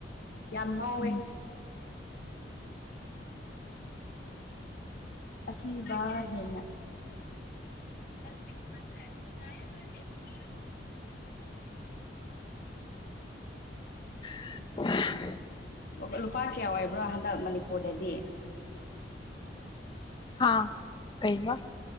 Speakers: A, on the left; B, on the left.
A: ꯌꯥꯝ ꯉꯥꯎꯋꯦ
B: ꯎꯝ
A: ꯑꯁꯤꯕ ꯍꯦꯟꯅ ꯁꯤꯛꯁꯍꯥꯟꯊ ꯇ꯭ꯔꯥꯏꯦꯁꯄꯤ
B: <inaudible>
A: ꯑꯣ ꯂꯨꯄꯥ ꯀꯌꯥ ꯑꯣꯏꯕ꯭ꯔꯣ ꯍꯟꯗꯛ ꯃꯅꯤꯄꯨꯔꯗꯗꯤ
B: ꯍꯥꯥ ꯀꯩꯕ